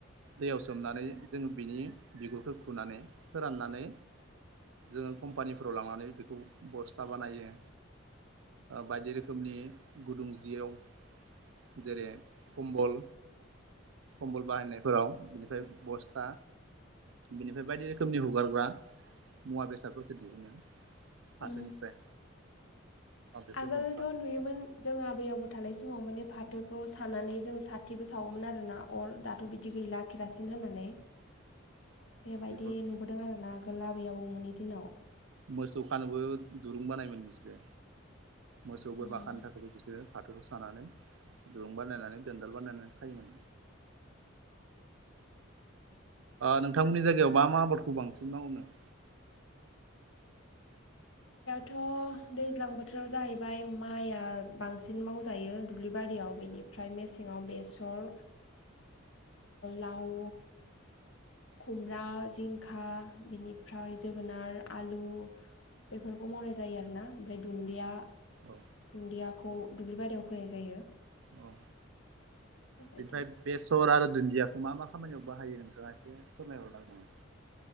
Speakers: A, on the right; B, on the left.
A: दैयाव सोमनानै
B: उम
A: जोङो बिनि बिगुरखौ खुनानै फोराननानै। जोङो कम्पानिफोराव लांनानै बेखौ बस्था बानायो। बायदि रोखोमनि गुदुं। जियाव जेरै कम्बल। कम्बल बाहायनायफोराव बिनिफ्राय बस्था बिनिफ्राय बायदि रोखोमनि हगारग्रा मुवा बेसादफोरखौ बिहुनो फाथोनिफ्राय
B: उम
A: बेफोरखौनो
B: आगोलथ' नुयोमोन जों आबै आबोथ थानाय समाव माने फाथोखौ सानानै जों साथिबो सावोमोन आरो ना अर दाथ' बिदि गैला केरासिन होननानै बेबायदि
A: बेफोर
B: नुबोदों आरो ना लाबोै आबौमोननि दिनाव।
A: मोसौ खानोबो दुरुं बानायोमोन बिसोरो मोसौ बोरमा
B: उम
A: खानो थाखायबो बिसोरो। फाथोखौ सानानै दुरुं बानायनानै दोनदाल बानायनानै खायोमोन। नोंथांमोननि जायगायाव मा मा आबादखौ बांसिन मावोनो। <inaudible>
B: थ' दैज्लां बोथोराव जाहैबाय माइआ बांसिन मावजायो दुब्लि बारियाव बेनि। ओमफ्राय मेसेंआव बेसर लाव खुमब्रा जिंखा बिनिफ्राय जोगोनार आलु। बेफोरखौ मावनाय जायो आरो ना ओमफ्राय दुदिया
A: औ
B: दुन्दिया। खौ दुब्लि बारियाव फैाय जायो।
A: औ
B: बेबायदि
A: बेनिफ्राय बेसर आरो। दुन्दियाखौ मा मा खामानियाव बाहायो नोंथाङा एसे फोरमायहरलां आ।